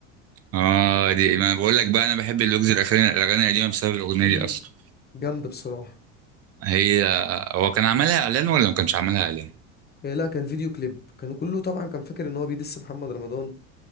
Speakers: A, on the right; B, on the left.
A: اه دي ما انا بقول لك بقى انا بحب اللوجز الاخراني الاغاني القديمه بسبب الاغنيه
B: مم،
A: دي اصلا
B: جامده بصراحه
A: هي هو كان عملها اعلان ولا ما كانش عملها اعلان
B: إيه، لا كان فيديو كليب كانوا كله طبعا كان فاكر ان هو بيدس محمد رمضان